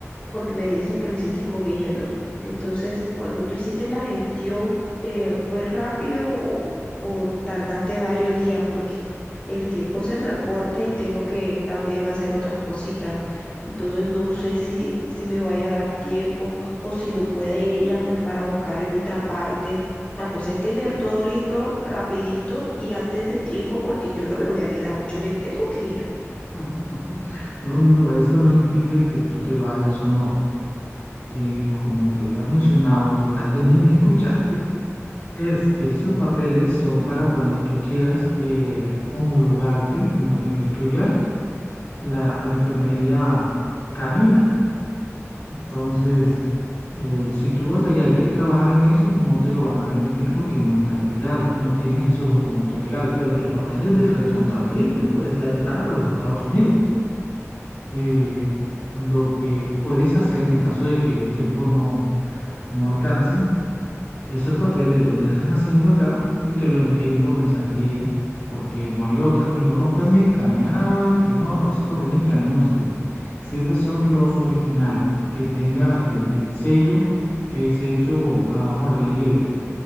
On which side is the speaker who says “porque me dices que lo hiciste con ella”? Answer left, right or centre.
Left